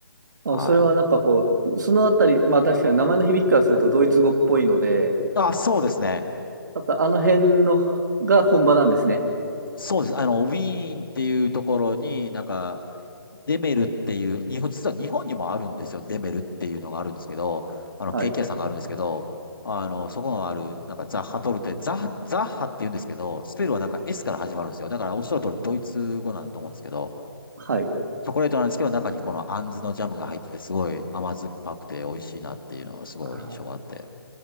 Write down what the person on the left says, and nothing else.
はい。
あ、そうですね。
そうです。あの、ウィーンっていうところに、なんか、デメルっていう、日本、実は日本にもあるんですよ。デメルっていうのがあるんですけど、あの、
ケーキ屋さんがあるんですけど、あの、そこのある、なんかザッハトルテ、ザッ、ザッハって言うんですけど、スペルはなんか S から始まるんですよ。だからおっしゃる通りドイツ語なんだと思うんですけど、
チョコレートなんですけど、中にこのアンズのジャムが入ってて、すごい甘酸っぱくて美味しいなっていうのはすごい印象があって。